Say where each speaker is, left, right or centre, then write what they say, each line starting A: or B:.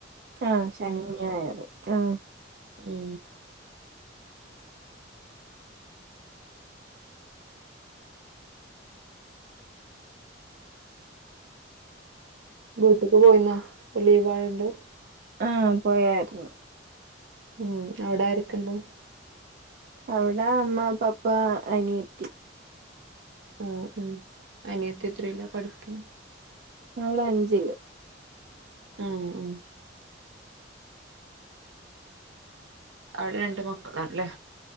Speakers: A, on the right; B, on the right.
A: ആ ശനിം ഞായറും ആ
B: മ് വീട്ട്ക്ക് പോയിന്നാ ഇപ്പൊ ലീവ് ആയോണ്ട്
A: ആ പോയായിരുന്നു
B: ഉം അവ്ടെ ആരോക്കെ ഇണ്ട്
A: അവ്ടെ അമ്മ പപ്പ അനിയത്തി
B: ഓ ഉം അനിയത്തി എത്ര ലാ പഠിക്ണ്
A: അവള് അഞ്ചില്
B: ഹേ ഹേ അവിടെ രണ്ട് മക്കളാണ്ലേ